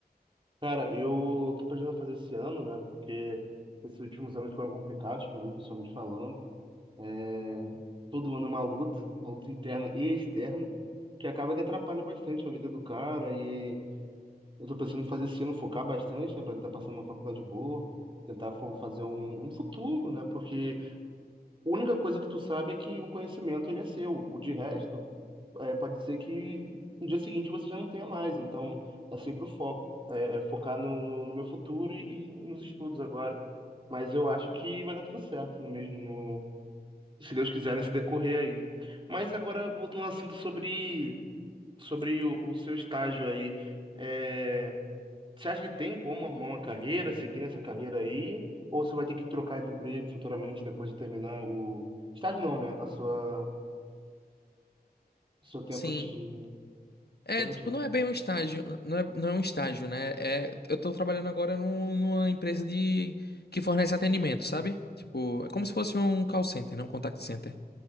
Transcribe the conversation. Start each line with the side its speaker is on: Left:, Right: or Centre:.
Right: Cara, eu tô planejando fazer esse ano, né? Porque esses últimos anos foram complicados pra mim, pessoalmente falando. É, Todo ano é uma luta, uma luta interna e externa, que acaba que atrapalha bastante a vida do cara. E eu tô pensando em fazer esse ano, focar bastante, né? Pra tentar passar numa faculdade boa, tentar fo- fazer um, um futuro, né? Porque A única coisa que tu sabe é que o conhecimento ele é seu. O de resto, é, pode ser que no dia seguinte você já não tenha mais. Então, é sempre o foco. É, é focar no, no, no meu futuro e, e nos estudos agora. Mas eu acho que vai dar tudo certo mesmo, no- se Deus quiser, nesse decorrer aí. Mas agora, voltando ao assunto sobre, sobre o, o seu estágio aí. é, você acha que tem como arrumar uma carreira, seguir nessa carreira aí? Ou você vai ter que trocar de emprego futuramente depois de terminar o estágio, não, né? A sua, o seu tempo
Left: Sim.
Right: de.
Left: É,
Right: Pode
Left: tipo,
Right: continuar.
Left: não é bem um estágio. Não é, não é um estágio, né? É, eu tô trabalhando agora num- numa empresa de que fornece atendimento, sabe? Tipo, é como se fosse um call center, né? Um contact center.